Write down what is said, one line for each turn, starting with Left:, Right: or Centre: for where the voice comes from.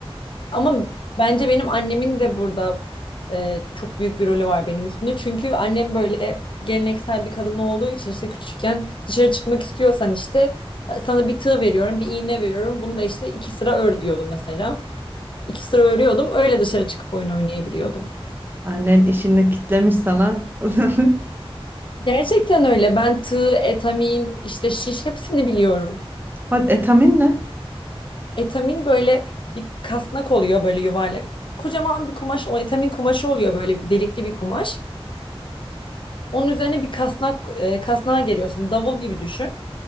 Left: Ama bence benim annemin de burada e, çok büyük bir rolü var benim üstümde. Çünkü annem böyle geleneksel bir kadın olduğu için işte küçükken dışarı çıkmak istiyorsan işte sana bir tığ veriyorum, bir iğne veriyorum. Bunu da işte iki sıra ör diyordu mesela. İki sıra örüyordum. Öyle dışarı çıkıp oyun oynayabiliyordum.
Right: Annen işini kitlemiş sana. <laughs>
Left: Gerçekten öyle. Ben tığ, etamin, işte şiş hepsini biliyorum.
Right: Hadi etamin ne?
Left: Etamin böyle bir kasnak oluyor böyle yuvarlak. Kocaman bir kumaş, o etamin kumaşı oluyor böyle bir delikli bir kumaş. Onun üzerine bir kasnak, e, kasnağa geriyorsun. Davul gibi düşün.